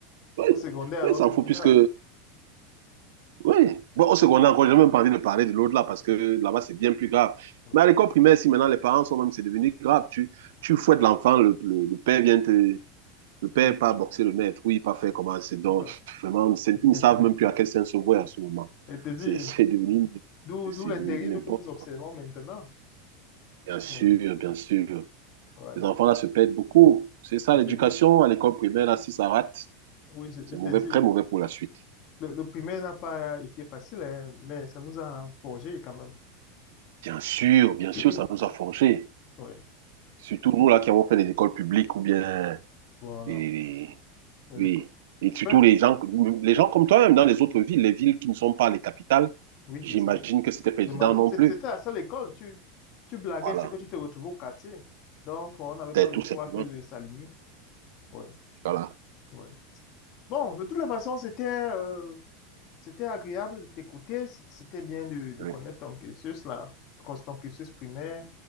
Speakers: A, on the right; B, on the left.
A: Oui,
B: Au secondaire,
A: oui,
B: alors,
A: ça
B: c'est
A: fout
B: plus
A: puisque...
B: grave.
A: Oui. Bon, au secondaire, encore, j'ai même pas envie de parler de l'autre là, parce que là-bas, c'est bien plus grave.
B: Oui,
A: Mais à l'école primaire, si maintenant les parents sont même, c'est devenu grave. Tu, tu fouettes l'enfant, le, le, le père vient te... Le père
B: oui.
A: pas boxer le maître, oui, pas faire comment c'est donc
B: c'est ça.
A: vraiment, c'est- ils ne
B: <laughs>
A: savent même plus à quel saint se vouer à ce moment.
B: Et te dis,
A: C'est c'est
B: <laughs>
A: devenu,
B: d'où d'où
A: c'est
B: les
A: devenu
B: dérives
A: n'importe
B: que nous observons
A: quoi.
B: maintenant.
A: Bien sûr,
B: Euh,
A: bien sûr.
B: ouais,
A: Ces enfants-là se perdent beaucoup. C'est ça,
B: je te
A: l'éducation
B: dis.
A: à l'école primaire, là, si ça rate,
B: Oui, je,
A: c'est
B: je te
A: mauvais,
B: dis.
A: très mauvais pour la suite.
B: Le, le primaire n'a pas été facile, hein, mais ça nous a forgé quand même.
A: Bien sûr, bien
B: <clears throat>
A: sûr, ça nous a forgés.
B: Oui,
A: Surtout nous, là, qui avons fait les écoles publiques ou bien
B: voilà.
A: les,
B: Et l'éco-
A: oui. Et surtout
B: Peuvent-
A: les gens, les gens comme toi, même dans les autres villes, les villes qui ne sont pas les capitales,
B: Oui,
A: j'imagine
B: c'est ça.
A: que c'était pas évident
B: J'imagine,
A: non
B: c'est-
A: plus.
B: c'était à ça l'école. Tu, tu blaguais,
A: Voilà.
B: c'est que tu te retrouvais au quartier. Donc, on n'avait pas
A: C'est
B: le
A: tout
B: choix
A: simplement.
B: que de s'aligner. Oui,
A: Voilà.
B: oui. Bon, de toutes les façons, c'était euh, c'était agréable de t'écouter. C- C'était bien de, de
A: Oui.
B: connaître ton cursus, là, Con- ton cursus primaire.